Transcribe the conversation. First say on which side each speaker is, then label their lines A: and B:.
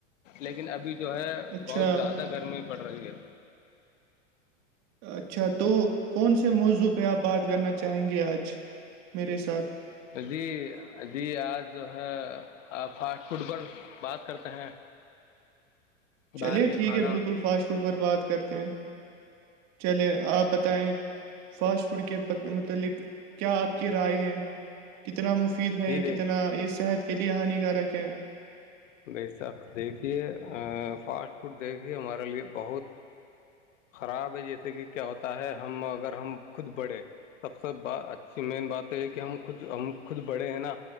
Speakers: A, on the left (about 75°); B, on the right (about 45°).
A: لیکن ابھی جو ہے
B: اچھا
A: بہت زیادہ گرمی پڑ رہی ہے
B: اچھا تو کون سے موضوع پہ آپ بات کرنا چاہیں گے آج میرے ساتھ
A: جی جی آج جو ہے آپ فاسٹ فوڈ پر بات کرتے ہیں
B: چلے
A: باہر کے
B: ٹھیک
A: کھانا
B: ہے بالکل فاسٹ فوڈ پر بات کرتے ہیں چلے آپ بتائیں فاسٹ فوڈ کے متعلق کیا آپ کی رائے ہیں کتنا مفید ہے
A: جی دیکھ
B: کتنا یہ صحت کے لیے ہان کارک ہے
A: بے شک دیکھیے فاسٹ فوڈ دیکھیے ہمارے لیے بہت خراب ہے جیسے کہ کیا ہوتا ہے ہم اگر ہم خود بڑھے سب سے ب اچھی مین بات یہ ہے کہ ہم خود ہم خود بڑے ہیں نا